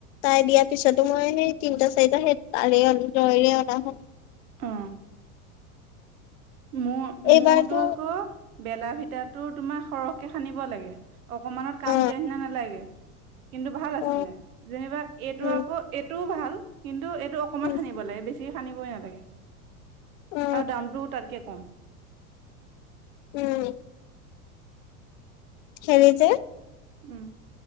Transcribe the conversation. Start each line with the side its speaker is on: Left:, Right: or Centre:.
Left: তাই দিয়াৰ পিছতো মই সেই তিনটা চাৰিটা সেই তাৰেয়ন জয়ৰে অনা হ'ল
Right: অ মোৰ
Left: এইবাৰতো
Right: মোৰতো আকৌ বেলা ভিতাটো তোমাৰ সৰহকে হান্দিব লাগে। অকমানত
Left: অ
Right: কাম দিয়া নিচিনা নালাগে কিন্তু ভাল
Left: অ
Right: আছিলে যেনিবা এইটো
Left: উম
Right: আকৌ এইটোও ভাল কিন্তু টো অকমান
Left: উম
Right: সানিব লাগে বেছিকে সানিবই নালাগে
Left: অ
Right: আৰু দামটো তাতকে কম
Left: উম হেৰি যে
Right: উম